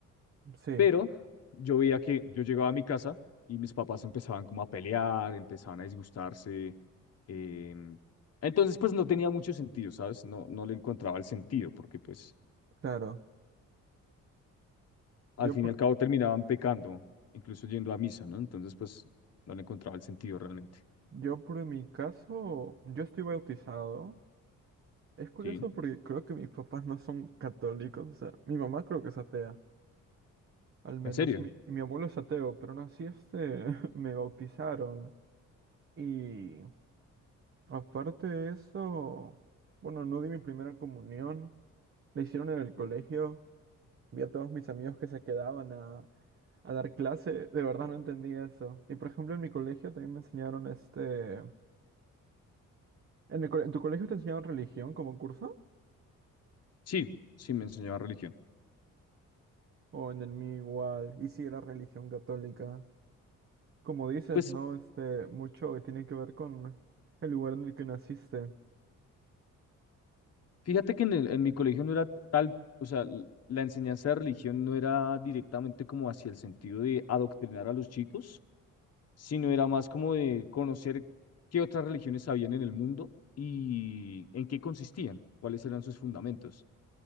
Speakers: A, on the right; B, on the left.
A: Sí,
B: Pero yo veía que yo llegaba a mi casa y mis papás empezaban como a pelear, empezaban a disgustarse. em, entonces, pues no tenía mucho sentido, ¿sabes? No, no le encontraba el sentido, porque pues
A: claro.
B: al
A: Yo
B: fin
A: por,
B: y al cabo terminaban pecando, incluso yendo a misa, ¿no? Entonces, pues no le encontraba el sentido realmente,
A: yo por mi caso, yo estoy bautizado. Es curioso
B: ¿sí?
A: porque creo que mis papás no son católicos, o sea, mi mamá creo que es atea, al menos,
B: En serio.
A: y mi, y mi abuelo es ateo, pero aún así este, <laughs> me bautizaron. Y aparte de eso, bueno, no di mi primera comunión, la hicieron en el colegio, vi a todos mis amigos que se quedaban a, a dar clase, de verdad no entendí eso. Y por ejemplo, en mi colegio también me enseñaron este... ¿En el cole- en tu colegio te enseñaron religión como curso?
B: Sí, sí me enseñaban religión.
A: O en el mío igual, y si era religión católica. Como dices,
B: Pues
A: ¿no? Este, mucho que tiene que ver con el lugar en el que naciste.
B: fíjate que en el, en mi colegio no era tal, o sea, l- la enseñanza de religión no era directamente como hacia el sentido de adoctrinar a los chicos, sino era más como de conocer qué otras religiones habían en el mundo y en qué consistían, cuáles eran sus fundamentos.